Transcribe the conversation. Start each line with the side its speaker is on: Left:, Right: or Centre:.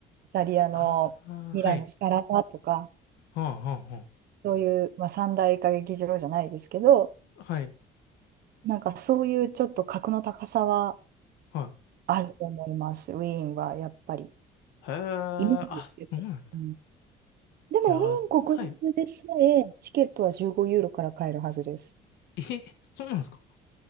Right: イタリアのミラノスカラ座とか、
Left: ああ、はい。はあ、はあ、は
Right: そういう、まあ、三大歌劇場じゃないですけど、
Left: あ。はい。
Right: なんかそういうちょっと格の高さは
Left: は
Right: あると思います、ウィーンはやっぱり。
Left: い。へえ、
Right: イメージですけど。
Left: あ、そうなんだ。
Right: うん、でも、
Left: いやー、
Right: ウィーン国立でさえ、
Left: すはい。
Right: チケットは15ユーロから買えるはずです。
Left: え、そうなんですか